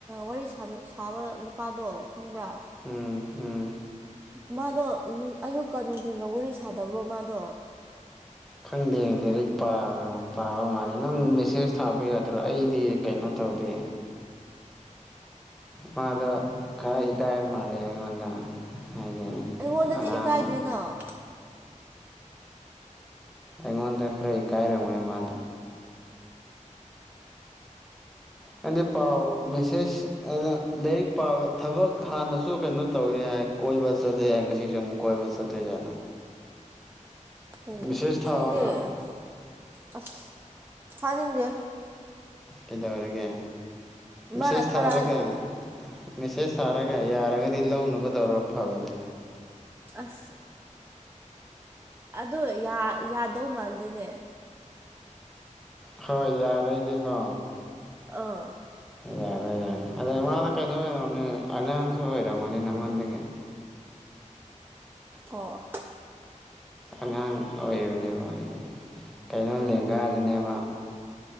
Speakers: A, on the right; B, in the centre.
A: ꯋꯥꯔꯤ ꯁꯥꯅ ꯁꯥꯕ ꯅꯨ ꯄꯥꯥꯗꯣ ꯈꯪꯕ꯭ꯔꯥ
B: ꯎꯝ ꯎꯝ
A: ꯃꯥꯗꯣ ꯑꯌꯨꯛꯀ ꯅꯨꯡꯊꯤꯟꯒ ꯋꯥꯔꯤ ꯁꯥꯗꯕ꯭ꯔꯣ ꯃꯥꯗꯣ
B: ꯈꯪꯗꯦ ꯂꯥꯏꯔꯤꯛ ꯄꯥꯕꯔꯣ ꯄꯥꯕ ꯃꯥꯜꯂꯦ ꯅꯪ ꯃꯦꯁꯦꯁ ꯊꯥꯕ ꯌꯥꯗ꯭ꯔꯣ ꯑꯩꯗꯤ ꯀꯩꯅꯣ ꯇꯧꯗꯦ ꯃꯥꯗꯣ ꯈꯔꯥ ꯏꯀꯥꯏꯕ ꯃꯥꯜꯂꯦ ꯑꯩꯉꯣꯟꯗ ꯍꯥꯏꯗꯤ
A: ꯑꯩꯉꯣꯟꯗꯗꯤ
B: ꯑꯉꯥꯡ
A: ꯏꯀꯥꯏꯗꯦꯅ
B: ꯑꯩꯉꯣꯟꯗ ꯈꯔꯥꯥ ꯀꯥꯏꯔꯝꯒꯅꯤ ꯃꯥꯗꯣ ꯅꯡꯗꯤ ꯄꯥꯎ ꯃꯦꯁꯦꯁ ꯑꯅ ꯂꯥꯏꯔꯤꯛ ꯄꯥꯕ ꯊꯕꯛ ꯍꯥꯟꯅꯁꯨ ꯀꯩꯅꯣ ꯇꯧꯋꯤ ꯍꯥꯏ ꯀꯣꯏꯕ ꯆꯠꯂꯦ ꯍꯥꯏ <unintelligible> ꯑꯃꯨꯛ ꯀꯣꯏꯕ ꯆꯠꯂꯤ ꯖꯥꯠꯂ
A: ꯑꯣ
B: ꯃꯤꯁꯦꯁ
A: ꯈꯪꯗꯦ
B: ꯊꯥꯑꯣꯅ
A: ꯑꯁ ꯊꯥꯅꯤꯡꯗꯦ
B: ꯀꯩꯗꯧꯔꯒꯦ ꯃꯦꯁꯦꯖ
A: ꯃꯥꯅ ꯊꯥꯔꯛꯑꯗꯤ
B: ꯊꯥꯔꯒ ꯃꯦꯁꯦꯁ ꯊꯥꯔꯒ ꯌꯥꯔꯒꯗꯤ ꯂꯧꯅꯕ ꯇꯧꯔ ꯐꯕꯅꯦ
A: ꯑꯁ ꯑ ꯌꯥꯗꯧ ꯃꯥꯟꯗꯦꯅꯦ
B: ꯍꯣꯏ ꯌꯥꯔꯦꯅꯦꯀꯣ
A: ꯑꯥ
B: ꯌꯥꯔꯦ ꯌꯥꯔꯦ ꯑꯗꯩ ꯃꯥꯅ ꯀꯩꯅꯣ ꯑꯣꯏꯔꯝꯅꯦ ꯑꯉꯥꯡꯁꯨ ꯑꯣꯏꯔꯝꯒꯅꯤ ꯅꯪꯉꯣꯟꯗꯒꯤ
A: ꯑꯣ
B: ꯑꯉꯥꯡ ꯑꯣꯏꯕꯅꯦꯕ ꯍꯥꯏꯗꯤ ꯀꯩꯅꯣ ꯂꯦꯡꯒꯥꯗꯅꯦꯕ